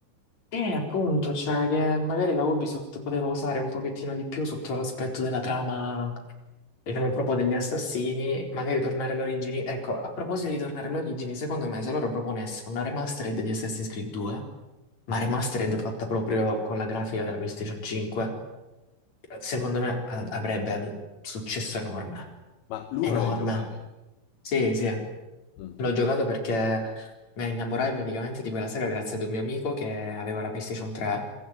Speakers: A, on the left; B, on the left.
A: Eh, appunto, cioè che magari la Ubisoft poteva usare un pochettino di più sotto l'aspetto della trama, diciamo proprio degli assassini, magari tornare alle origini. Ecco, a proposito di tornare alle origini, secondo me se loro proponessero una remastered di Assassin's Creed 2, ma remastered fatta proprio con la grafica della PlayStation 5, secondo me a- avrebbe un successo enorme.
B: Ma l'uno
A: Enorme.
B: l'hai giocato?
A: Sì, sì.
B: Mm,
A: L'ho giocato perché mi innamorai praticamente di quella saga grazie ad un mio amico che aveva la PlayStation 3